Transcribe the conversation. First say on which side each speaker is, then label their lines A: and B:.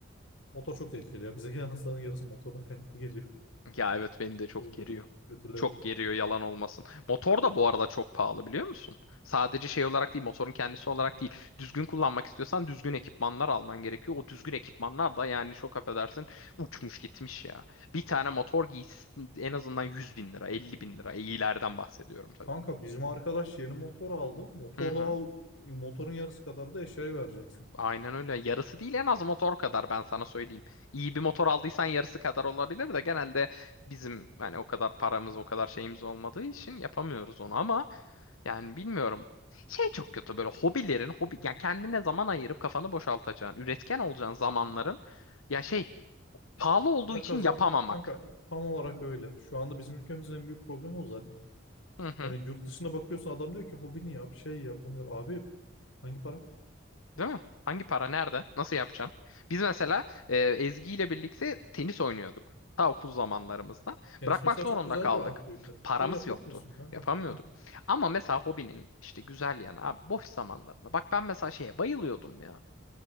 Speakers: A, on the left; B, on the left.
A: motor çok tehlikeli ya. Bize gelen hastaların yarısı motordan kaynaklı geliyor.
B: Ya evet beni de çok
A: Şeylerin,
B: geriyor.
A: kötülerin.
B: Çok geriyor yalan olmasın. Motor da bu arada çok pahalı biliyor musun? Sadece şey olarak değil motorun kendisi olarak değil. Düzgün kullanmak istiyorsan düzgün ekipmanlar alman gerekiyor. O düzgün ekipmanlar da yani çok affedersin uçmuş gitmiş ya. Bir tane motor giysi en azından 100 bin lira 50 bin lira. E, iyilerden bahsediyorum tabii
A: Kanka
B: bunu.
A: bizim arkadaş yeni motor aldı. Motor
B: Hı hı.
A: daha motorun yarısı kadar da eşyaya vereceksin.
B: Aynen öyle. Yarısı değil en az motor kadar ben sana söyleyeyim. İyi bir motor aldıysan yarısı kadar olabilir de genelde bizim hani o kadar paramız o kadar şeyimiz olmadığı için yapamıyoruz onu ama yani bilmiyorum. Şey çok kötü böyle hobilerin hobi yani kendine zaman ayırıp kafanı boşaltacağın, üretken olacağın zamanların ya şey pahalı olduğu
A: Para
B: için
A: kazan
B: yapamamak.
A: kanka tam olarak öyle. Şu anda bizim ülkemizin en büyük problemi o zaten.
B: Hı hı.
A: Yani yurt dışına bakıyorsun adam diyor ki hobini yap, şey yap, onu yap. Abi hangi para?
B: Değil mi? Hangi para nerede? Nasıl yapacaksın? Biz mesela e, Ezgi ile birlikte tenis oynuyorduk. Ta okul zamanlarımızda.
A: Tenis
B: Bırakmak
A: mesela
B: zorunda
A: çok güzel
B: kaldık.
A: bir aktivite.
B: Paramız
A: De yapamıyorsun
B: yoktu.
A: kanka.
B: Yapamıyorduk.
A: Hah.
B: Ama mesela hobinin işte güzel yanı abi boş zamanlarında. Bak ben mesela şeye bayılıyordum ya.